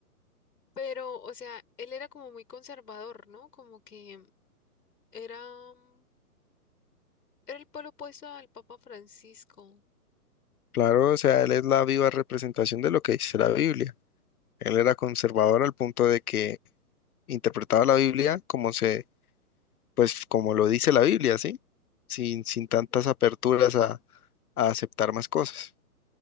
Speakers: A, on the left; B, on the left.
A: Pero, o sea, él era como muy conservador, ¿no? Como que era, mm, era el polo opuesto al Papa Francisco.
B: Claro, o sea, él es la viva representación de lo que dice la Biblia. Él era conservador al punto de que interpretaba la Biblia como se pues como lo dice la Biblia, ¿sí? Sin, sin tantas
A: Ujú.
B: aperturas a, a aceptar más cosas.